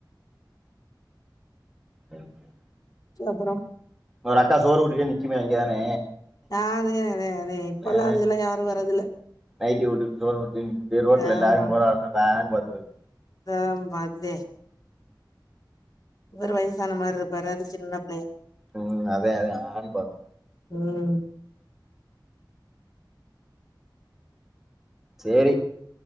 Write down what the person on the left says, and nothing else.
செரி அப்பறம்
அதே அதே அதே இப்பல்லா
அதுகெல்லா யாரு வரதில்ல
ஆமா
<unintelligible> இவரு வயசான மாரி இருப்பாரு அது சின்ன பிள்ளையா
ம்